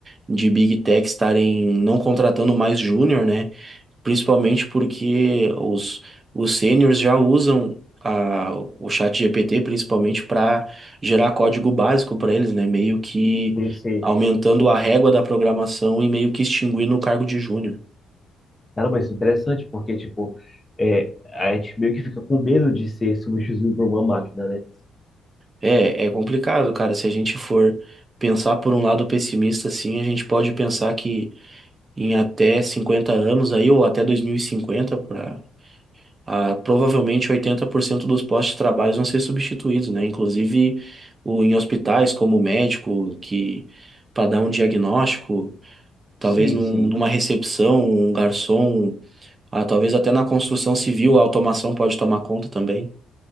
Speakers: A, on the right (about 30°); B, on the left (about 20°).
A: de Big Tech estarem não contratando mais júnior, né? Principalmente porque os, os sêniors já usam a, o chat GPT principalmente para gerar código básico para eles, né? Meio que
B: sim, sim.
A: aumentando a régua da programação e meio que extinguindo o cargo de júnior.
B: Caramba, isso é interessante, porque, tipo, é, a gente meio que fica com medo de ser substituído por uma máquina, né?
A: É, é complicado, cara. Se a gente for pensar por um lado pessimista, assim, a gente pode pensar que em até 50 anos aí, ou até 2050 para ah, provavelmente 80% dos postos de trabalho vão ser substituídos, né? Inclusive o, em hospitais, como médico, que para dar um diagnóstico, talvez
B: Sim,
A: num-
B: sim,
A: numa recepção, um garçom, ah, talvez até na construção civil a automação pode tomar conta também.